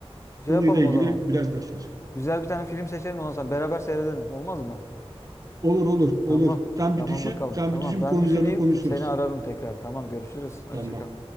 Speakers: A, on the left; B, on the right.
A: Şey
B: konuyla
A: yapalım
B: ilgili
A: o zaman.
B: biraz daha çalış.
A: Güzel bir tane film seçelim ondan sonra beraber seyredelim. Olmaz mı?
B: Olur, olur, olur.
A: Tamam.
B: Sen
A: Tamam
B: bir düşün,
A: bakalım.
B: sen
A: Tamam
B: bir düşün
A: ben
B: bu konu
A: düşüneyim.
B: üzerinde konuşuruz.
A: Seni ararım tekrar. Tamam görüşürüz. Hoşça
B: Tamam.
A: kal.